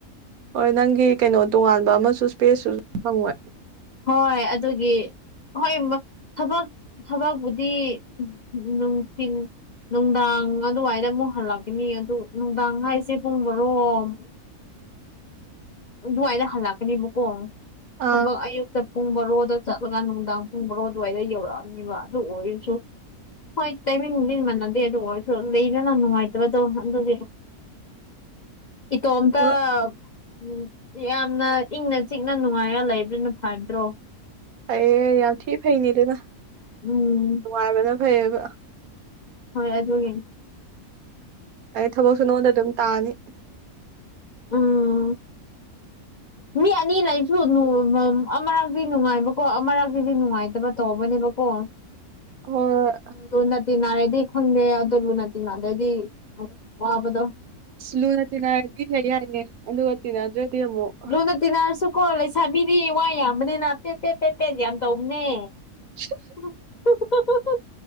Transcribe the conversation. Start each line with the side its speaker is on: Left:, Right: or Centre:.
Right: ꯍꯣꯏ ꯅꯪꯒꯤ ꯀꯩꯅꯣ ꯇꯣꯉꯥꯟꯕ ꯑꯃꯁꯨ ꯏꯁꯄꯦꯁꯁꯨ ꯐꯪꯉꯣꯏ
Left: ꯍꯣꯏ ꯑꯗꯨꯒꯤ ꯍꯣꯏ ꯊꯕꯛ ꯊꯕꯛꯕꯨꯗꯤ ꯅꯨꯡꯊꯤꯟ ꯅꯨꯡꯗꯥꯡ ꯑꯗꯨꯋꯥꯏꯗ ꯑꯃꯨꯛ ꯍꯜꯂꯛꯀꯅꯤ ꯑꯗꯨ ꯅꯨꯡꯗꯥꯡ ꯍꯥꯏꯁꯦ ꯄꯨꯡ ꯃꯔꯣꯝ ꯑꯗꯨꯋꯥꯏꯗ ꯍꯜꯂꯛꯀꯅꯦꯕꯀꯣ ꯊꯕꯛ
Right: ꯑꯥ
Left: ꯑꯌꯨꯛꯇ ꯄꯨꯡ ꯕꯔꯣꯗ ꯆꯠꯂꯒ ꯅꯨꯡꯗꯥꯡ ꯄꯨꯡ ꯕꯥꯔꯣ ꯑꯗꯨꯋꯥꯏꯗ ꯌꯧꯔꯛꯑꯅꯤꯕ ꯑꯗꯨ ꯑꯣꯏꯔꯁꯨ ꯍꯣꯏ ꯇꯃꯤꯟꯁꯤꯃꯟꯅꯗꯦ ꯑꯗꯨ ꯑꯣꯏꯔꯁꯨ ꯂꯩꯗꯅ ꯅꯨꯡꯉꯥꯏꯇꯕꯗꯧ ꯑꯗꯨꯗꯤ ꯏ ꯇꯣꯝꯇ
Right: ꯍꯣꯏ
Left: ꯎꯝ ꯌꯥꯝꯅ ꯏꯪꯅ ꯆꯤꯛꯅ ꯅꯨꯡꯉꯥꯏꯔ ꯂꯩꯕ꯭ꯔꯥꯅ ꯐꯕꯗ꯭ꯔꯣ
Right: ꯑꯩꯩꯌꯦ ꯌꯥꯝ ꯊꯤ ꯐꯩꯅꯦꯗꯅ
Left: ꯎꯝ
Right: ꯅꯨꯡꯉꯥꯏꯕꯅ ꯐꯩꯌꯦꯕ
Left: ꯍꯣꯏ ꯌꯥ ꯑꯗꯨ ꯑꯣꯏ
Right: ꯑꯩ ꯊꯕꯛꯁꯨ ꯅꯉꯣꯟꯗ ꯑꯗꯨꯝ ꯇꯥꯅꯤ
Left: ꯎꯝ ꯃꯤ ꯑꯅꯤ ꯂꯩꯁꯨ ꯑꯃꯔꯛꯇꯛꯇꯤ ꯅꯨꯡꯉꯥꯏꯕꯀꯣ ꯑꯃꯔꯛꯇꯁꯤꯗꯤ ꯅꯨꯡꯉꯥꯏꯇꯕ ꯇꯧꯕꯅꯦꯕꯀꯣ
Right: ꯍꯣꯏ ꯍꯣꯏ
Left: ꯂꯨꯅ ꯇꯤꯟꯅꯅꯥꯔꯗꯤ ꯈꯪꯗꯦ ꯑꯗꯣ ꯂꯨ ꯅꯥ ꯇꯤꯟꯅꯗ꯭ꯔꯗꯤ ꯋꯥꯕꯗꯣ
Right: ꯂꯨꯅ ꯇꯤꯟꯅꯔꯗꯤꯅꯦ ꯌꯥꯏꯦ ꯑꯗꯨꯒ ꯇꯤꯟꯅꯗ꯭ꯔꯗꯤ ꯑꯃꯨꯛ
Left: ꯂꯨꯅ ꯇꯤꯟꯅꯔꯁꯨꯀꯣ ꯂꯩꯁꯥꯕꯤꯗꯤ ꯋꯥ ꯌꯥꯝꯕꯅꯤꯅ ꯄꯦꯠ ꯄꯦꯠ ꯄꯦꯠ ꯄꯦꯠ ꯌꯥꯝ ꯇꯧꯕꯅꯦ
Right: <unintelligible>
Left: <unintelligible>